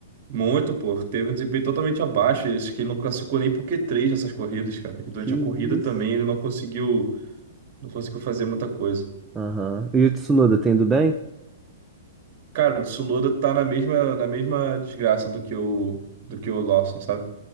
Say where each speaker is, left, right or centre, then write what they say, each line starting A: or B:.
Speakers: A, on the right; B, on the right.
A: Muito, pô. Teve um desempenho totalmente abaixo. Acho que ele não classificou nem pro Q3 nessas corridas, cara. E durante
B: Que isso?
A: a corrida também ele não conseguiu, não conseguiu fazer muita coisa.
B: Aham. E o Tsunoda tá indo bem?
A: Cara, o Tsunoda tá na mesma, na mesma desgraça do que o, do que o Lawson, sabe?